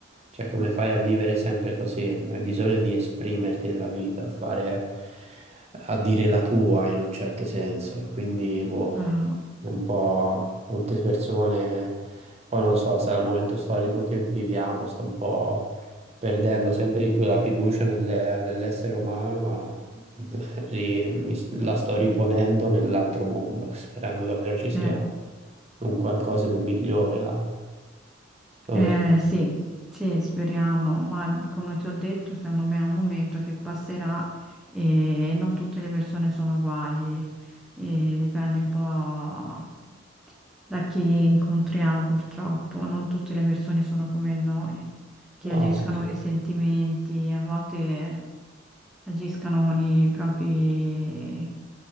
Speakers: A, on the right; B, in the centre.
A: cioè, come fai a vivere sempre così? Hai bisogno di esprimerti nella vita, a fare... a dire la tua in un certo senso, quindi boh
B: Bravo,
A: un po' molte persone, poi non lo so, sarà il momento storico che viviamo, sto un po' perdendo sempre di più la fiducia nelle- nell'essere umano, ma <laughs> ri- mi s- la sto riponendo nell'altro mondo, <laughs> sperando davvero ci sia
B: sì.
A: un qualcosa di migliore là. Non
B: Eh,
A: lo so.
B: sì, sì, speriamo, ma come ti ho detto, secondo me è un momento che passerà e non tutte le persone sono uguali, e dipende un po' da chi incontriamo purtroppo, non tutte le persone sono come noi, che
A: No,
B: agiscono
A: sì, sì.
B: con i sentimenti, a volte agiscono con i propri,